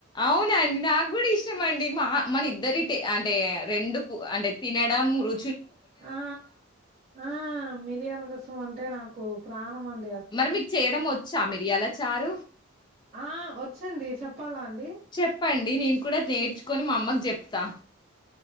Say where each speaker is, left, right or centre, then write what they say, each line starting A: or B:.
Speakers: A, on the left (about 20°); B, on the right (about 30°).
A: అవునండి నాకు కూడా ఇష్టం అండి మా మన ఇద్దరి టి అంటే రెండు పూ అంటే తిన డం రు
B: ఆ ఆ మిరియాల రసం అంటే నాకు ప్రాణం అన్
A: మరి మీకు చేయడం వచ్చా మిరియాల చారు
B: ఆ! వచ్చండి చెప్పాలా అండి?
A: చెప్పండి నేను కూడా నేర్చుకొని మా అమ్మకు చెప్ తా